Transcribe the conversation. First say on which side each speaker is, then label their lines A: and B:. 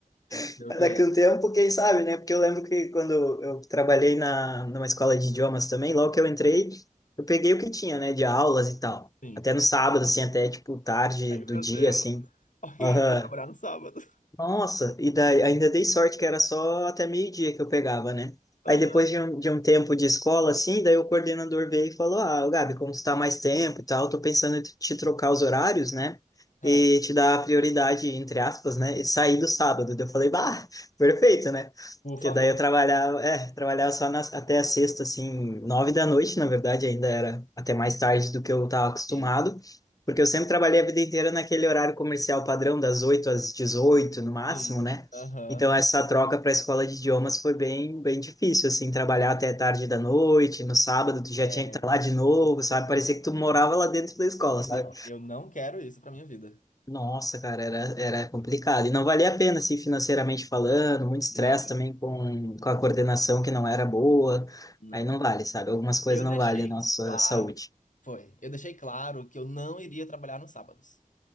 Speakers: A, on the left; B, on the left.
A: Tem
B: <laughs>
A: que ser o que
B: Daqui
A: é.
B: a um tempo, quem sabe, né? Porque eu lembro que quando eu trabalhei na, numa escola de idiomas também, logo que eu entrei, eu peguei o que tinha, né, de aulas e tal.
A: Sim.
B: Até no sábado, assim, até tipo tarde
A: Ai,
B: do
A: meu
B: dia,
A: Deus.
B: assim.
A: Horrível
B: Aham.
A: trabalhar no sábado.
B: Nossa, e daí ainda dei sorte que era só até meio-dia que eu pegava, né?
A: Aham.
B: Aí depois de um, de um tempo de escola, assim, daí o coordenador veio e falou: Ah, ô Gabi, como tu tá mais tempo e tal, tô pensando em te te trocar os horários, né?
A: Aham.
B: E te dar a prioridade, entre aspas, né? E sair do sábado. Daí eu falei: Bah, <laughs> perfeito, né?
A: Por
B: Porque
A: favor.
B: daí eu trabalhava, é, trabalhava só nas- até a sexta, assim, nove da noite, na verdade, ainda era até mais tarde do que eu tava acostumado.
A: Sim,
B: Porque eu sempre trabalhei a vida inteira naquele horário comercial padrão, das 8 às 18 no máximo,
A: sim.
B: né?
A: Aham.
B: Então essa troca para a escola de idiomas foi bem, bem difícil, assim, trabalhar até tarde da noite, no sábado tu já
A: É.
B: tinha que estar lá de novo, sabe? Parecia que tu morava lá dentro da escola, sabe?
A: Não, eu não quero isso pra minha vida.
B: Nossa, cara, era, era complicado. E não valia a pena, assim, financeiramente falando, muito estresse
A: Não,
B: também com, com a coordenação que não era boa.
A: não.
B: Aí não vale, sabe? Algumas coisas
A: Eu
B: não
A: deixei
B: valem a nossa
A: claro.
B: saúde.
A: Foi. Eu deixei claro que eu não iria trabalhar nos sábados.